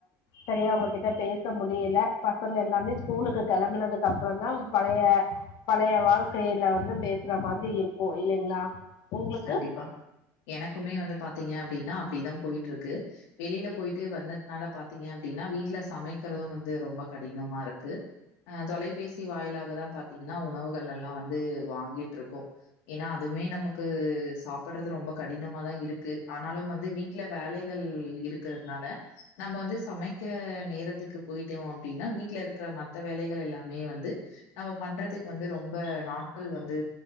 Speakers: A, on the left; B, on the left.
A: சரியா உங்ககிட்ட பேச முடியல பசங்க எல்லாமே ஸ்கூலுக்கு கிளம்புனதுக்கு அப்புறம் தான் பழைய பழைய வாழ்க்கையில வந்து பேசுற மாதிரி இருக்கும் இல்லைங்களா உங்களுக்கு
B: கண்டிப்பா எனக்குமே வந்து பாத்தீங்க அப்டின்னா அப்டிதான் போய்ட்டு இருக்கு வெளில போயீட்டு வந்ததுனால பாத்தீங்க அப்டின்னா வீட்ல சமைக்கிறதும் வந்து ரொம்ப கடினமா இருக்கு ஆஹ் தொலைபேசி வாயிலாக தான் பாத்தீங்கன்னா உணவுகள் எல்லாம் வந்து வாங்கிட்ருக்கோ ஏன்னா அதுமே நமக் க்கு சாப்பட்றது ரொம்ப கடினமாதான் இருக்கு ஆனாலும் வந்து வீட்ல வேலைகள் இருக்கிறதுனால நம்ம வந்து சமைக்கிற நேரத்துக்கு போயிட்டோம் அப்டின்னா வீட்ல இருக்கிற மத்த வேலைகள் எல்லாமே வந்து நம்ம பண்றதுக்கு வந்து ரொம்ப நாட்கள் வந்து